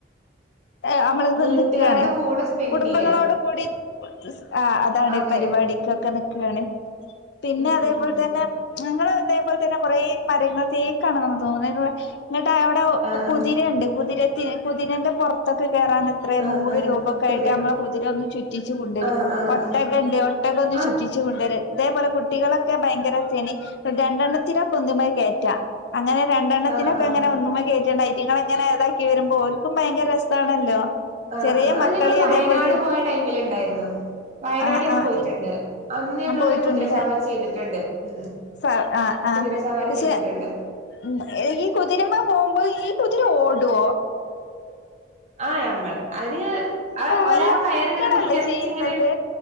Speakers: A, on the left; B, on the right.
A: എ അമ്മള് വന്ന്ക്കാണ്
B: വീട്ടുകാരുടെ കൂടെ സ്പെൻഡ്
A: കുടുംബങ്ങളോട്
B: ചെയ്യാ
A: കൂടി ആ അതാണ്
B: അതെ
A: പരിപാടിക്കൊക്കെ നി ക്കാണ് പിന്നെ
B: ഉം
A: അതേപോൽ
B: ഉം ഉം
A: തന്നെ ഞങ്ങള് അതേപോൽ തന്നെ കൊറെ മരങ്ങൾ തേക്കാണെന്നു തോന്ന്ണ് <unintelligible> എന്നിട്ട് അയോടൊ
B: ആഹ്
A: കുതിരണ്ട്
B: ആഹ്
A: കുതിര <unintelligible> കുതിരെന്റെ പൊർത്തൊക്കെ കേറാനെത്ര
B: ആഹ്
A: നൂറ്
B: ആഹ്
A: രൂപക്കയിട്ട്
B: പുതിയ
A: നമ്മള കുതിരൊന്ന് ചുറ്റിച്ച് കൊണ്ടൊരും
B: ആഹ് ആഹ്
A: ഒട്ടക
B: ആഹ്
A: ണ്ട് ഒട്ടകൊന്ന്
B: അഹ്
A: ചുറ്റിച്ച് കൊണ്ടൊരും അതേപോലെ കുട്ടികളൊക്കെ ഭയങ്കരൊച്ചേനി രണ്ടെണ്ണത്തിരൊക്കൊന്ന് മ്മേ കേറ്റാ അങ്ങനെ രണ്ടെണ്ണത്തിനൊ
B: ആഹ്
A: ക്കങ്ങനെ
B: ആഹ്
A: ഒന്നുമെ കേറ്റാണ്ടായി റ്റിങ്ങളിങ്ങനെ താക്കി വരുമ്പോ ഓൽക്കും ഭയങ്കര രസാണല്ലോ
B: ആ
A: ചെറിയ
B: ആ അഅ്
A: മക്കളി
B: ഞങ്ങള് വയനാട്
A: അതേപോലത്തെ
B: പോയ ടൈമില് ണ്ടായിരുന്നു വയനാട്
A: ആ
B: ഞങ്ങൾ
A: ആ
B: പോയിട്ട്ണ്ട് അന്ന് ഞങ്ങളിങ്ങനെ
A: പോയിട്ടുണ്ടല്ലേ
B: കുതിരസവാരി ചെയ്തിട്ട്ണ്ട് ഉ
A: സ ആ ആ
B: കുതിരസവാരി
A: പക്ഷെ
B: ചെയ്തിട്ട്ണ്ട്
A: ഉം ഈ കുതിരമ്മേ പോവുമ്പോ ഈ കുതിര ഓടോ
B: ആ അമ്മള അയ്ന് അഅ് ഒലാ
A: വല്ല
B: കയറി
A: നടക്കണല്ലേ
B: ങ്ങനെ പുട്ച്ച് ജസ്റ്റിങ്ങനെ
A: ചെയ്യുന്നത്